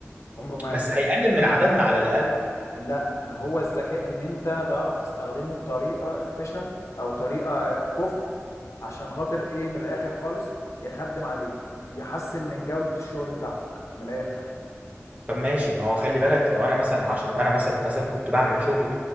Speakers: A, on the left; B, on the right.
A: عمره ما
B: بس
A: يعمل كده
B: هيقلل من عددنا على الاقل
A: لا ده هو الذكاء ان انت تعرف تستخدمه بطريقه efficient او طريقه كفء عشان خاطر ايه من الاخر خالص يخدم عليك يحسن من جوده الشغل بتاعتك من الاخر
B: طب ماشي ما هو خلي بالك لو انا مثلا عشر لو انا مثلا مثلا كنت بعمل شغل